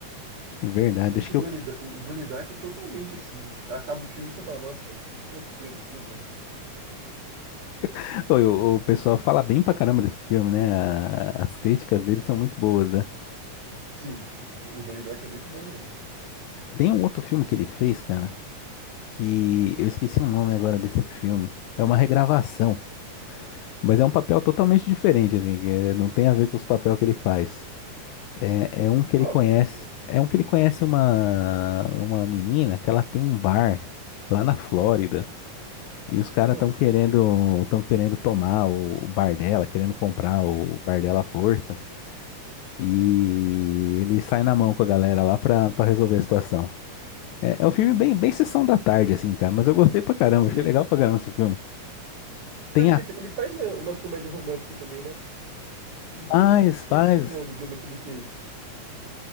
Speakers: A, on the left; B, on the right.
A: Verdade,
B: Esse
A: acho que
B: Donnie,
A: eu-
B: Da- o Donnie Darko é totalmente assim. Você acaba o filme e você fala, nossa, mas o que que aconteceu no filme, né?
A: <laughs> Pô, eu- o, pessoal fala bem pra caramba desse filme, né? A- as críticas dele são muito boas, né?
B: Sim, o Donnie Darko é muito bom mesmo.
A: Tem um outro filme que ele fez, cara, que eu esqueci o nome agora desse filme. É uma regravação, mas é um papel totalmente diferente, assim, que, eh, não tem a ver com os papéis que ele faz. É, é um que
B: Qual
A: ele conhece.
B: que é, será?
A: É um que ele conhece uma, uma menina que ela tem um bar lá na Flórida. E os caras
B: Ah,
A: estão querendo, estão querendo tomar o, o bar dela, querendo comprar o bar dela à força. E ele sai na mão com a galera lá pra, pra resolver a situação. É, é um filme bem, bem sessão da tarde, assim, cara. Mas eu gostei pra caramba,
B: sei.
A: achei legal pra caramba esse filme.
B: Mas
A: Tem
B: ele,
A: a
B: ele faz é, umas comédias românticas também, né? Ele fe...
A: faz,
B: Eu esqueci
A: faz.
B: o nome de uma que ele fez.